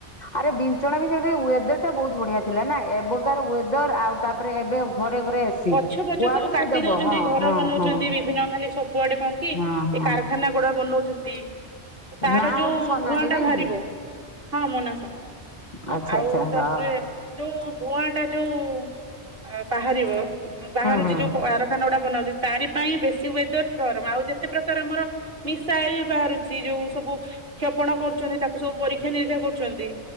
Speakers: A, on the left (about 40°); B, on the right (about 60°).
A: ଆରେ ବିଞ୍ଚଣା ବି ସେ ୱେଦର ଟା ବହୁତ ବଢିଆ ଥିଲା ନା ଏବେକାର ୱେଦର ଆଉ ତାପରେ ଏବେ ଘରେ ଘରେ ଏସି
B: ଗଛ ପଛ
A: କୁଆଡୁ
B: ସବୁ କାଟି
A: ସିଏ ଦବ
B: ଦଉଛନ୍ତି
A: ହଁ
B: ଘର
A: ହଁ
B: ବନଉଛନ୍ତି
A: ହଁ
B: ବିଭିନ୍ନ ଖାଲି ସ କୁଆଡେ କଣ କି ଏ
A: ହଁ ହଁ
B: କାରଖାନା ଗୁଡା ବନଉଛନ୍ତି। ତାର
A: ନା
B: ଯୋଉ
A: ହଉଛି ସୋନାଲି
B: ଧୂଆଁ ଟା
A: ନାଇଁ
B: ବାହାରିବ
A: କି?
B: ହଁ ମୋ ନାଁ ସୋନାଲିି।
A: ଆଚ୍ଛା
B: ଆଉ
A: ଆଚ୍ଛା
B: ତାପରେ
A: ହଁ
B: ଯୋଉ ଧୂଆଁ ଟା ଯୋଉ-ଉ-ଉ ଅ ବାହାରିବ ବାହାରୁଛି
A: ହୁଁ
B: ଯୋଉ କଳାର ଖାନା ଗୁଡା ବନାଉଛି ତାରି ପାଇଁ ବେଶୀ ୱେଦର ଗରମ ଆଉ ଯେତେ ପ୍ରକାର ଆମର ମିସାଇଲ ବାହାରୁଛି ଯୋଉ ସବୁ କ୍ଷେପଣା କରୁଛନ୍ତି ତାକୁ ସବୁ ପରୀକ୍ଷା ନିରୀକ୍ଷା କରୁଛନ୍ତି।